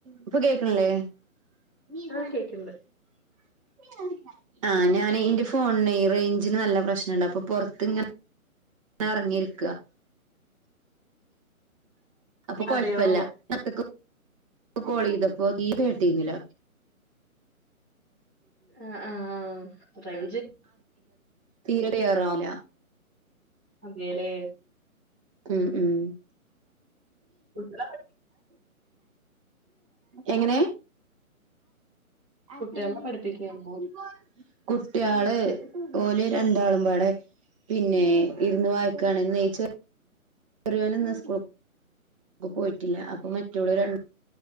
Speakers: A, on the right (about 20°); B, in the centre.
A: ഇപ്പൊ കേക്കണല്ലേ? <unintelligible>
B: ആഹ് കേക്ക്ണ്ട്
A: ആ ഞാന് ഇന്റെ ഫോണിനെയ് റേഞ്ചിന് നല്ല പ്രശ് നണ്ടപ്പൊ പൊർത്ത് ഇങ്ങനെറങ്ങിരിക്ക അപ്പൊ കൊഴപ്പല്ല.
B: അതെയോ
A: <unintelligible> കോൾ ചെയ്തപ്പോ തീരെ ട്ടീന്നില്ല
B: ആ ആഹ് റേയജ്
A: തീരടെയറാവല
B: അതേല്ലേ
A: ഉം ഉം
B: കുട്ടികളെ
A: എങ്ങനെ? <unintelligible>
B: കുട്ടികളെ പഠിപ്പിക്കാണോ
A: കു കെട്ടിയോൾ ഓല് രണ്ടാളും പാടെ പിന്നെ ഇരുന്ന്വായിക്കാ ണ്. നീച്ച റിയോൻ ഇന്ന് സ്കൂ ക്ക് പോയിട്ടില്ല അപ്പൊ മറ്റോല് ര